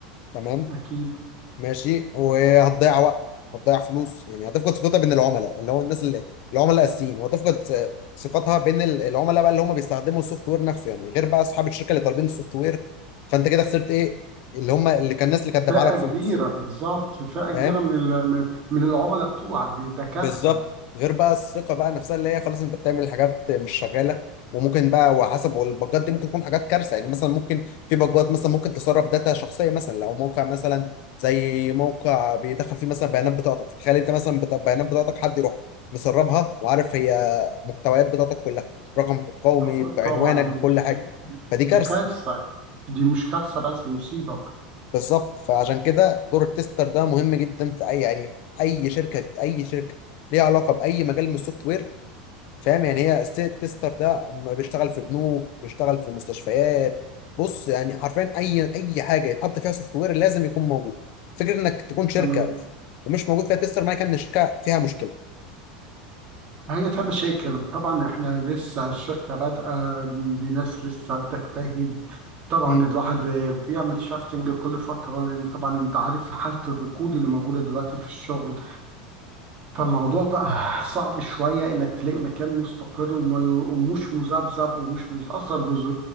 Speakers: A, on the left; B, on the right.
A: تمام
B: أكيد
A: ماشي وهتضيع وقت هتضيع فلوس يعني هتفقد ثقتها بين العملاء اللي هو الناس اللي العملاء الاساسيين وهتفقد ث- ثقتها بين ال- العملاء بقى اللي هم بيستخدموا السوفت وير نفسه يعني غير بقى اصحاب الشركه اللي طالبين السوفت وير فانت كده خسرت ايه اللي هم اللي كان الناس اللي كانت دافعه
B: فئة
A: لك
B: كبيرة
A: فلوس
B: بالظبط فئة كبيرة
A: فاهم
B: من ال- من من العملاء بتوعك دي ده كارثة
A: بالظبط غير بقى الثقه بقى نفسها اللي هي خلاص انت بتعمل حاجات مش شغاله وممكن بقى وحسب والباجات دي ممكن تكون حاجات كارثه يعني مثلا ممكن في باجات مثلا ممكن تسرب داتا شخصيه مثلا لو موقع مثلا زي موقع بيدخل فيه مثلا بيانات بطاقتك تخيل انت مثلا بتا- بيانات بطاقتك حد يروح مسربها وعارف هي محتويات بطاقتك كلها رقمك القومي
B: طب-
A: بعنوانك
B: طبعا دي
A: بكل
B: دي,
A: حاجه
B: دي,
A: فدي
B: دي
A: كارثه
B: كارثة دي مش كارثة بس دي مصيبة
A: بالظبط فعشان كده دور التستر ده مهم جدا في اي يعني اي شركه اي شركه ليها علاقه باي مجال من السوفت وير فاهم يعني هي ستيت تيستر ده بيشتغل في بنوك بيشتغل في مستشفيات بص يعني حرفيا اي اي حاجه يتحط فيها سوفت وير لازم يكون موجود فكره انك تكون شركه
B: تمام
A: ومش موجود فيها تيستر معنى كان ان الشركه فيها مشكله
B: هي فيها مشاكل طبعا احنا لسه الشركة بادئة بناس لسه بتجتهد طبعا
A: مم.
B: الواحد بيعمل شافتنج كل فترة لأن طبعا انت عارف حالة الركود اللي موجودة دلوقتي في الشغل فالموضوع بقى صعب شوية إنك تلاقي مكان مستقر وما- ومش مذبذب ومش بيتأثر بز-